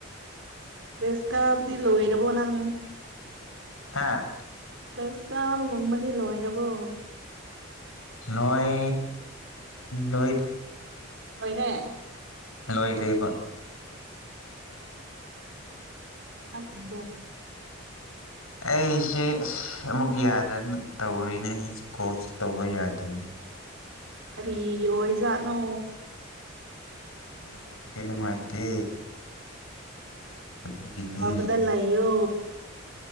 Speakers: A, on the right (about 60°); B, on the left (about 80°).
A: ꯕꯦꯁ ꯀꯥꯕꯗꯤ ꯂꯣꯏꯔꯕꯣ ꯅꯪ
B: ꯍꯥꯥ
A: ꯀꯣꯜꯦꯁ ꯀꯥꯕꯒꯨꯝꯕꯗꯤ ꯂꯣꯏꯔꯕꯣ
B: ꯂꯣꯏ ꯂꯣꯏꯗꯤ
A: ꯂꯣꯏꯔꯦ
B: ꯂꯣꯏꯗꯦꯕ
A: ꯋꯥꯠꯂꯤꯕꯣ
B: ꯑꯩꯁꯦ ꯑꯁ ꯑꯃꯨꯛ ꯌꯥꯗꯅ ꯇꯧꯔꯤꯅꯦ ꯑꯩꯁꯦ ꯀꯣꯜꯁꯦ ꯇꯧꯕ ꯌꯥꯗꯦꯅꯦ
A: ꯀꯔꯤ ꯑꯣꯏ ꯖꯥꯠꯅꯣ
B: ꯅꯦꯠꯋꯥꯛꯁꯦ ꯅꯨꯡꯉꯥꯏꯇꯦ ꯑꯗꯨꯒꯤꯅꯦ
A: ꯐꯕꯗ ꯂꯩꯌꯣ